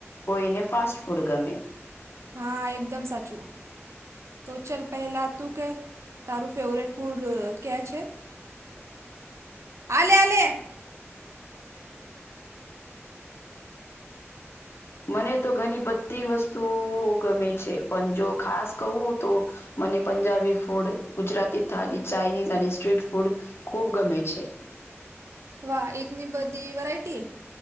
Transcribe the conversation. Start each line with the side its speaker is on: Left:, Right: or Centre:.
Left: કોઈને ફાસ્ટ ફૂડ ગમે.
Right: હા એકદમ સાચું. તો ચલ પહેલાં તું કે તારું ફેવરેટ ફૂડ ક્યાં છે. આલે આલે.
Left: મને તો ઘની બધી વસ્તુઓ ગમે છે. પણ જો ખાસ કહું તો મને પંજાબી ફૂડ ગુજરાતી થાલી, ચાઇનીઝ અને સ્ટ્રીટ ફૂડ ખૂબ ગમે છે.
Right: વાહ ઈતની બધી વરાયટી?